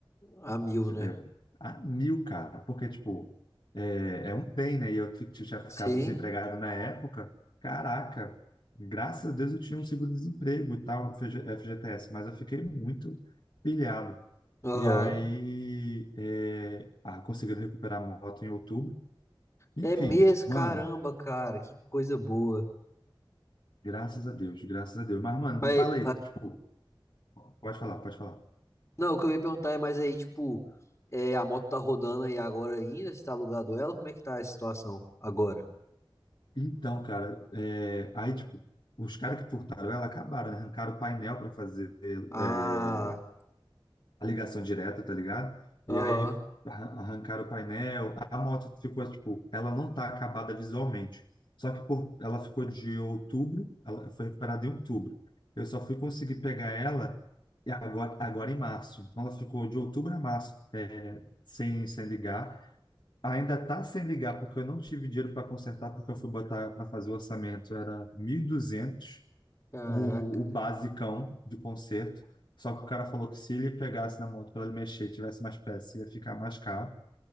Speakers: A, on the left (about 30°); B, on the left (about 60°).
A: A mil, né?
B: é, a mil, cara, porque, tipo, é, é um bem, né? E eu fi- tinha ficado
A: Sim.
B: desempregado na época, caraca, graças a Deus eu tinha um seguro-desemprego e tal, FG FGTS, mas eu fiquei muito pilhado.
A: Aham.
B: E aí, é, ah, conseguiram recuperar a moto em outubro. Enfim,
A: É mesmo,
B: mano,
A: caramba, cara. Que coisa boa.
B: graças a Deus, graças a Deus. Mas, mano,
A: Mas,
B: me fala aí, tipo, pode falar, pode falar.
A: Não, o que eu ia perguntar é, mas aí, tipo, é, a moto tá rodando aí agora ainda? Você tá alugado ela? Como é que tá a situação agora?
B: Então, cara, é, aí, tipo, os caras que furtaram ela acabaram, né? Arrancaram o painel para fazer
A: Ah,
B: é, a ligação direta, tá ligado? E
A: aham.
B: aí arran- arrancaram o painel, a moto ficou, tipo, ela não tá acabada visualmente. Só que por, ela ficou de outubro, ela foi recuperada em outubro. Eu só fui conseguir pegar ela e agora, agora em março. Então, ela ficou de outubro a março é, sem, sem ligar. Ainda tá sem ligar, porque eu não tive dinheiro para consertar, porque eu fui botar para fazer o orçamento, era 1.200
A: Caraca.
B: o, o basicão do conserto. Só que o cara falou que se ele pegasse na moto para ele mexer, e tivesse mais peça, ia ficar mais caro.